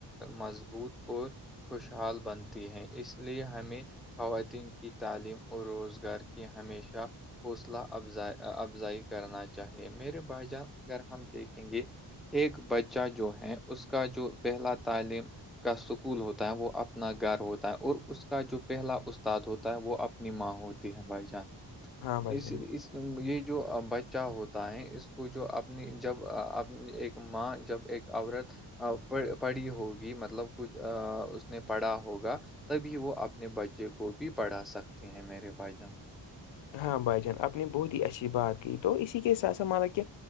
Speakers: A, in the centre; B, on the left.
A: مضبوط اور- خوشحال بنتی ہے اس لیے ہمیں- خواتین کی تعلیم اور روزگار کی ہمیشہ حوصلہ افز افزائی- کرنا چاہیے میرے بھائی جان اگر ہم دیکھیں گے- ایک بچہ جو ہے اس کا جو پہلا تعلیم- کا سکول ہوتا ہے وہ اپنا گھر ہوتا ہے اور اس کا جو پہلا استاد ہوتا ہے وہ اپنی ماں ہوتی ہے بھائی جان
B: ہاں بھائی
A: اس-
B: جان
A: اس- یہ جو بچہ ہوتا ہے اس کو جو اپنی جب اپ ایک ماں جب- ایک عورت- پڑھی ہوگی مطلب کچھ اس نے پڑھا ہوگا تبھی وہ اپ- اپنے بچے کو بھی پڑھا سکتے ہیں میرے بھائی جان-
B: ہاں بھائی جان اپنی بہت ہی اچھی بات کی تو اسی کے سات سا مان لا کہ-